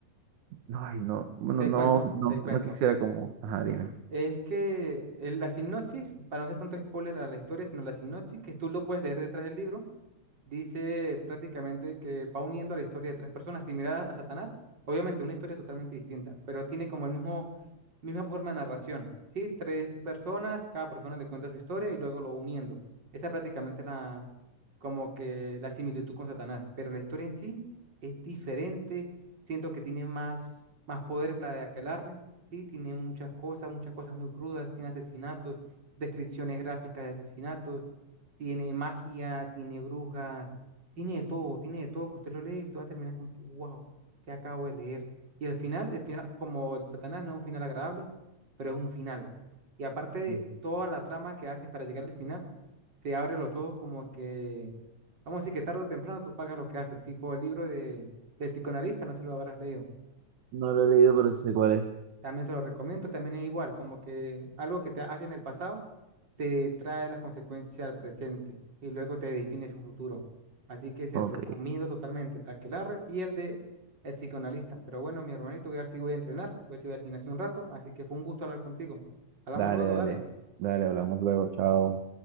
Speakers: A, on the right; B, on the right.
A: no, ay, no, no,
B: Te
A: no,
B: cuento,
A: no,
B: te cuento.
A: no quisiera como, ajá, dime.
B: Es que el- la sinopsis, para no ser tanto spoiler a la historia, sino la sinopsis, que tú lo puedes leer detrás del libro dice prácticamente que va uniendo la historia de tres personas similar a Satanás. Obviamente, una historia totalmente distinta, pero tiene como el mismo, misma forma de narración. Sí, tres personas, cada persona le cuenta su historia y luego lo va uniendo. Esa prácticamente es la, como que la similitud con Satanás, pero la historia en sí es diferente. Siento que tiene más, más poder la de Aquelarre, sí, tiene muchas cosas, muchas cosas muy crudas, tiene asesinatos, descripciones gráficas de asesinatos tiene magia, tiene brujas, tiene de todo, tiene de todo que usted lo lee y usted va a terminar como que, wow, ¿qué acabo de leer? Y el final, el final, como el de Satanás, no es un final agradable, pero es un final. Y aparte,
A: Ujú.
B: toda la trama que hacen para llegar al final, te abre los ojos como que, vamos a decir que tarde o temprano tú pagas lo que haces, tipo el libro de, del psicoanalista, no sé si lo habrás leído.
A: No lo he leído, pero sí sé cuál es.
B: También te lo recomiendo, también es igual, como que algo que te hace en el pasado te trae las consecuencias al presente y luego te define su futuro. Así que se
A: Ok.
B: lo recomiendo totalmente el de Aquelarre y el de El Psicoanalista. Pero bueno, mi hermanito, voy a ver si voy a entrenar, voy a ver si voy al gimnasio un rato, así que fue un gusto hablar contigo. Hablamos
A: Dale,
B: luego,
A: dale,
B: dale.
A: dale, hablamos luego, chao.